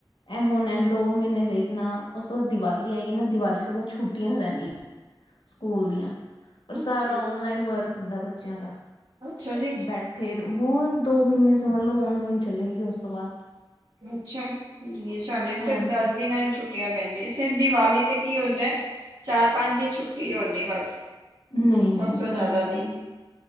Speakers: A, on the left; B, on the right.
A: ਇਹ ਹੁਣ ਐ ਦੋ ਮਹੀਨੇ ਦੇਖਣਾ, ਉਸ ਤੋਂ ਬਾਅਦ ਦੀਵਾਲੀ ਆਏਗੀ, ਨਾ ਦੀਵਾਲੀ ਤੋਂ ਬਾਅਦ ਛੁੱਟੀਆਂ ਰਹਿਣੀਆਂ। ਸਕੂਲ ਦੀਆਂ ਪਰ,
B: ਅੱਛਾ
A: ਸਾਰਾ ਔਨਲਾਈਨ ਵਰਕ ਹੁੰਦਾ ਬੱਚਿਆਂ ਦਾ
B: ਅੱਛਾ ਜੀ
A: ਬੈਠ ਫੇਰ ਹੋਰ ਦੋ ਮਹੀਨੇ ਸਮਝ ਲਓ ਔਨਲਾਈਨ ਚੱਲੇਗੀ ਉਸ ਤੋਂ ਬਾਅਦ।
B: ਅੱਛਾ ਜ ਸਾਡੇ
A: ਹਾਂਜੀ
B: ਸਿਰਫ ਦਸ ਦਿਨਾਂ ਹੀ ਛੁੱਟੀਆਂ ਪੈਂਦੀਆਂ ਸਿਰਫ ਦੀਵਾਲੀ ਤੇ ਕੀ ਹੁੰਦਾ। ਚਾਰ ਪੰਜ ਦਿਨ ਛੁੱਟੀ ਹੁੰਦੀ ਬਸ।
A: ਨਹੀਂ ਨਹੀਂ
B: ਉਸ ਤੋਂ
A: ਸਾਡੇ
B: ਜ਼ਿਆਦਾ
A: ਏਵੇਂ ਨਹੀਂ